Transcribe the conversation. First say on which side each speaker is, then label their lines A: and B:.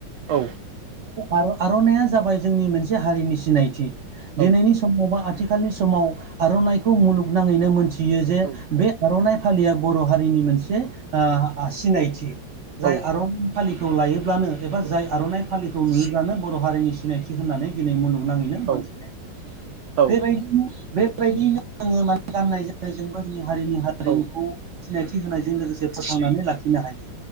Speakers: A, on the right; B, on the right.
A: औ
B: आ आरननाया जाबाय जोंनि मोनसे हारिनि सिनायथि दिनैनि
A: औ
B: स' मबा आथिखालनि समाव आर'नाइखौ मुगनाङैनो मोनथियो जे
A: औ
B: बे आर'नाइ फालिया बर' हारिनि मोनसे ओ सिनायथि जाय
A: औ
B: आर' फालिखौ लायोब्लानो एबा जाय आर'नाइ फालिखौ नुयोब्लानो बर' हारिनि सिनायथि होननानै दिनै मुलुगनाङैनो
A: औ
B: मोनथिनाय
A: औ
B: बेबायदिनो बेबायदिनो जोङो माने गाननाय जोम नायजोंबो जोंनि हारिनि हारिमुखौ
A: औ
B: सिनायथि होनायजों लोगोसे फोथांनानै लाखिनो हायो।